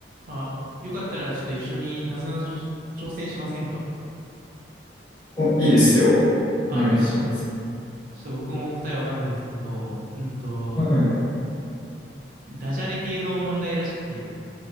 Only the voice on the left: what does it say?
お、いいですよ。
お願いします。
はい。